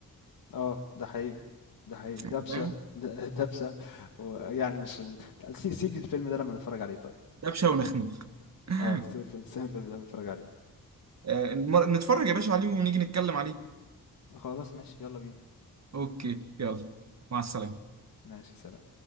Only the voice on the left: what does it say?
آه، آه، ده حقيقي، ده حقيقي،
دبشة
د <laughs> دبشة ويعني مش مش- لأ سي سيب لي الفيلم ده لما نتفرج عليه طيب،
آه، سيب الفيلم سيب الفيلم ده لما نتفرج عليه،
خلاص ماشي يالّا بينا،
ماشي سلام.